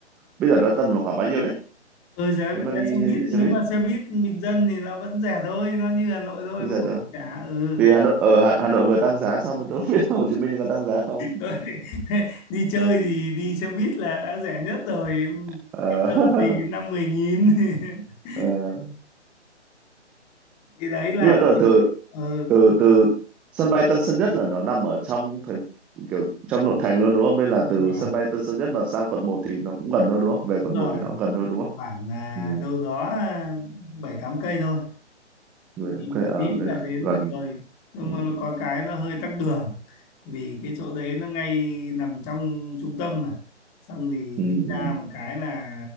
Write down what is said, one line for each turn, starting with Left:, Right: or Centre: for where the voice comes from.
Centre: bây giờ nó tầm vào khoảng bao nhiêu đấy
Left: Ừ, giá vé
Centre: nếu mà đi,
Left: xe buýt
Centre: đi
Left: nếu
Centre: xe buýt
Left: mà xe buýt bình dân thì nó vẫn rẻ thôi nó như Hà Nội thôi
Centre: bây
Left: không
Centre: giờ
Left: có
Centre: tôi
Left: gì cả ừ
Centre: vì Hà Nội ở Hà, Hà Nội vừa tăng giá xong rồi tôi không biết là Hồ Chí Minh có tăng giá không
Left: Thôi, <laughs> đi chơi thì đi xe buýt là đã rẻ nhất rồi
Centre: Ờ,
Left: bình dân
Centre: <laughs>
Left: thì năm mười nghìn <laughs>
Centre: ờ.
Left: thì đấy là
Centre: nhưng mà tôi bảo từ
Left: ừ
Centre: từ từ sân bay Tân Sơn Nhất là nó nằm ở trong thành kiểu trong nội thành luôn đúng không nên là
Left: đúng
Centre: từ
Left: rồi
Centre: sân bay Tân Sơn Nhất mà sang quận một thì nó cũng gần thôi đúng không về
Left: đúng
Centre: quận
Left: rồi
Centre: một thì nó cũng gần thôi đúng không
Left: khoảng à,
Centre: ừ,
Left: đâu đó à, bảy tám cây thôi
Centre: người đám
Left: đi
Centre: cưới
Left: một
Centre: ở
Left: tí là
Centre: đấy
Left: đến
Centre: gần
Left: được rồi nhưng
Centre: ừ,
Left: mà nó có cái nó hơi tắc đường vì cái chỗ đấy nó ngay nằm trong trung tâm mà xong thì
Centre: ừ,
Left: đi
Centre: ừ.
Left: ra một cái là